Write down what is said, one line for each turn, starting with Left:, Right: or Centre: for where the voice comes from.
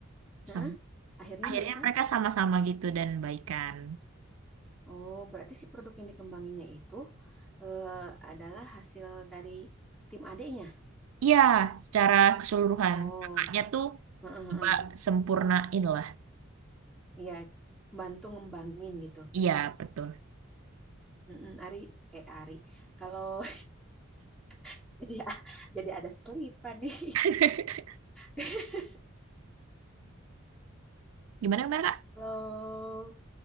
Centre: Heeh.
Right: sama.
Centre: Akhirnya
Right: akhirnya
Centre: mereka...
Right: mereka sama-sama gitu dan baikan.
Centre: Oh, berarti si produk yang dikembanginnya itu eh, adalah hasil dari tim adeknya.
Right: Iya, secara keseluruhan
Centre: Oh,
Right: kakaknya tuh
Centre: heeh,
Right: coba
Centre: heeh.
Right: sempurnain lah.
Centre: Ya, bantu ngembangin gitu.
Right: Iya, betul.
Centre: Mm-mm, Ari, eh Ari. Kalau <laughs> jadi jadi ada selipan nih.
Right: <laughs>
Centre: <laughs>
Right: Gimana gimana, Kak?
Centre: Kalau